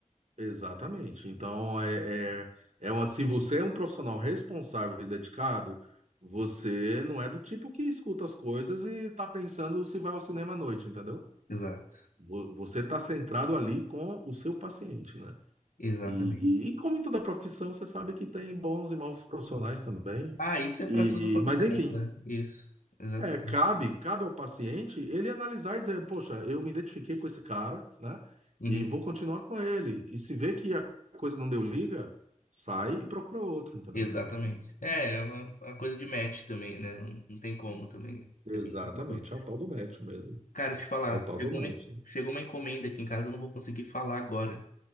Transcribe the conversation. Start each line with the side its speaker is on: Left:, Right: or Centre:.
Right: Exatamente. Então, é, é, é uma, se você é um profissional responsável e dedicado, você não é do tipo que escuta as coisas e tá pensando se vai ao cinema à noite, entendeu?
Left: Exato.
Right: Vo- Você tá centrado ali com o seu paciente, né?
Left: Exatamente.
Right: E, e, e como em toda profissão, você sabe que tem bons e maus profissionais também.
Left: Ah, isso é
Right: E,
Left: para tudo quanto
Right: mas,
Left: é canto,
Right: enfim,
Left: né? Isso, exatamente.
Right: é, cabe, cabe ao paciente ele analisar e dizer, poxa, eu me identifiquei com esse cara, né?
Left: Uhum,
Right: E vou continuar com ele. E se vê que a coisa não deu liga, sai e procura outro, entendeu?
Left: Exatamente. É, é uma, uma coisa de match também, né? Não, não tem como também,
Right: Exatamente,
Left: depende da pessoa.
Right: é o tal do match mesmo.
Left: Cara, te falar,
Right: É o tal
Left: chegou
Right: do match.
Left: uma, en- chegou uma encomenda aqui em casa, eu não vou conseguir falar agora.